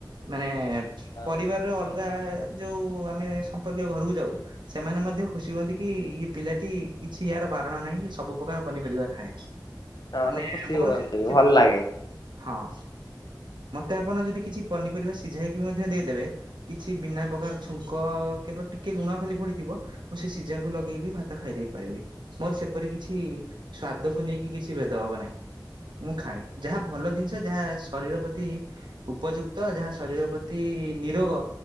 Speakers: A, on the right; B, on the left.
A: ମାନେ
B: ହଁ
A: ପରିବାରରେ ଅଲ ଗା, ଯୋଉ ଆମେ ସମ୍ପର୍କୀୟ ଘରକୁ ଯାଉ, ସେମାନେ ମଧ୍ୟ ଖୁସି ହୁଅନ୍ତି କି ଏ ପିଲାଟି କିଛି ୟାର, ବାରଣ ନାହିଁ। ଇଏ ସବୁ ପ୍ରକାର ପନିପରିବା ଖାଏ।
B: ହଁ
A: ମାନେ
B: ହଁ ଖୁସି
A: ମୋର
B: ହୁଅନ୍ତି
A: ସେମିତି କିଛି
B: ଭଲ
A: ବାରଣ
B: ଲାଗେ
A: ନାହିଁ। ହଁ। ମତେ ଆପଣ ଯଦି, କିଛି ପନିପରିବା ସିଝାଇକି ମଧ୍ୟ ଦେଇଦେବେ, କିଛି ବିନା ପ୍ରକାର ଛୁଙ୍କ କେବଳ ଟିକେ ଲୁଣ ଖାଲି ପଡିଥିବ, ମୁଁ ସେ ସିଝାକୁ ଲଗେଇକି ଭାତ ଖାଇଦେଇ ପାରିବି। ମୋର ସେପରି କିଛି, ସ୍ଵାଦକୁ ନେଇକି କିଛି ଭେଦଭବ ନାହିଁ। ମୁଁ ଖାଏ। ଯାହା ଭଲ ଜିନିଷ, ଯାହା ଶରୀର ପ୍ରତି ଉପଯୁକ୍ତ, ଯାହା ଶରୀର ପ୍ରତି ନିରୋଗ,